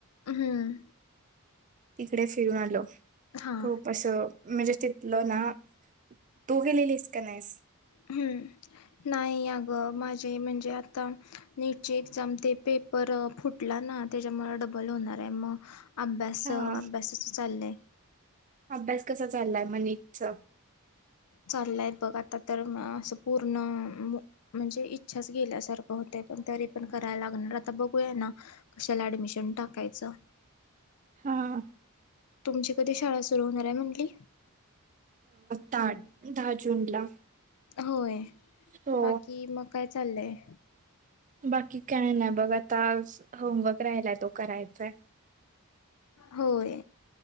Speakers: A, on the left; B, on the right.
A: हम्म
B: तिकडे फिरून आलो
A: हा
B: खूप असं म्हणजे तिथलं ना तू गेलेलीस का नाहीस
A: हम्म नाही अगं माझ म्हणजे आता नीटचे एझाम ते पेपर फुटला ना त्याच्यामुळे डबल होणार आहे मग अभ्यास
B: हा
A: अभ्यासचं चाललं आहे
B: अभ्यास कसा चाललाय मनतच
A: चाललंय बघ आता तर असं पूर्ण म्हणजे इच्छाच गेल्यासारखं होतय पण तरी पण करायला लागणार आता बघूया ना कशाला ऍडमिशन टाकायचं
B: हा
A: तुमची कधी शाळा सुरू होणार आहे म्हटली
B: ताठ दहा जून ला
A: होय
B: हो
A: बाकी मग काय चाललंय
B: बाकी काय ना बघ आता होमवर्क राहिलाय तो करायचाय
A: होय